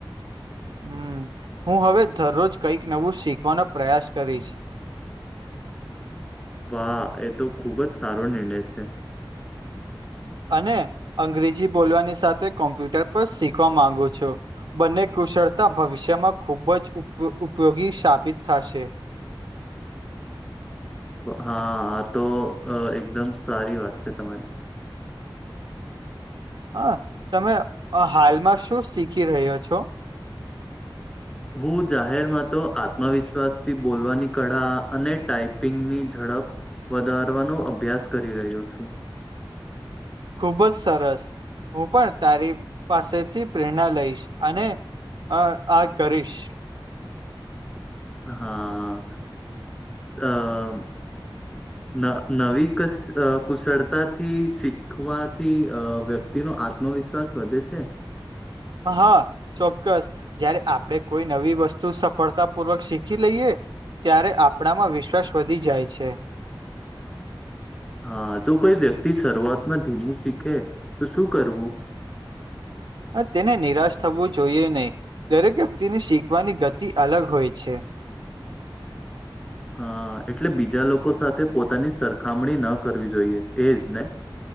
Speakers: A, on the right; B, on the left.
A: હમ્મ હું હવે દરરોજ કઈક નવું શીખવાનો પ્રયાસ કરીશ.
B: વાહ એ તો ખુબ જ સારો નિર્ણય છે.
A: અને અંગ્રેજી બોલવાની સાથે કોમ્પ્યુટર પર શીખવા માંગો છો. બંને કુશળતા ભવિષ્યમાં ખૂબ જ ઉપ ઉપયોગી સાબિત થશે.
B: હા હા આ તો એકદમ સારી વાત છે તમારી.
A: હા તમે હાલમાં શું શીખી રહ્યો છો.
B: હું જાહેરમાં તો આત્મવિશ્વાસ થી બોલવાની કળા અને ટાઈપિંગની ઝડપ વધારવાનો અભ્યાસ કરી રહ્યો છું.
A: ખુબ જ સરસ હું પણ તારી પાસેથી પ્રેરણા લઈશ અને હા આ કરીશ
B: હા આ ના નવી કસ કુશળતાથી શી શીખવાથી આ વ્યક્તિ નો આત્મવિશ્વાસ વધે છે.
A: આ હા ચોક્કસ જયારે આપડે કોઈ નવી વસ્તુ સફળતાપૂર્વક શીખી લઈએ ત્યારે આપણામાં વિશ્વાસ વધી જાય છે.
B: હા જો કોઈ વ્યક્તિ શરૂઆતમાં ધીમું શીખે તો શું કરવું.
A: આ તેને નિરાશ થવું જોઈએ નહીં દરેક વ્યક્તિને શીખવાની ગતિ અલગ હોય છે.
B: હા એટલે બીજા લોકો સાથે પોતાની સરખામણી ન કરવી જોઈએ એજ ને.